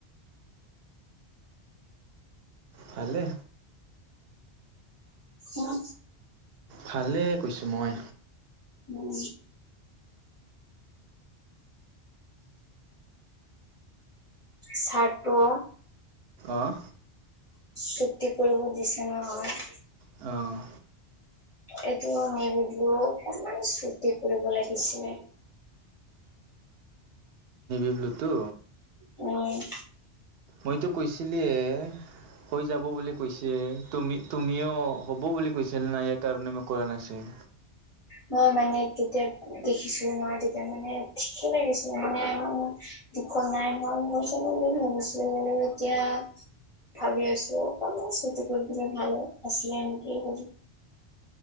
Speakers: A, on the right; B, on the left.
A: ভালে।
B: উম।
A: ভালে কৈছোঁ মই।
B: উম। চাৰ্টটো
A: অঁ।
B: চু্টি কৰিব দিছে নহয়।
A: অঁ।
B: এইটো নেবি ব্লো অকমান চুটি কৰিব লাগিছিলে।
A: ব্লুটো।
B: উম।
A: মইতো কৈছিলিৱে, হৈ যাব বুলি কৈছে। তুমি তুমিও হ'ব বুলি কৈছিলা না ইয়াৰ কাৰণে মই কৰা নাছিল।
B: মই মানে তেতিয়া দেখিছিলো নহয় তেতিয়া মানে ঠিকে লাগিছিল মানে <unintelligible> ভাবিছিলো বাৰু এতিয়া ভাবি আছো অকণমানে চুতি কৰি দিলে ভাল আছিলে নেকি বুলি।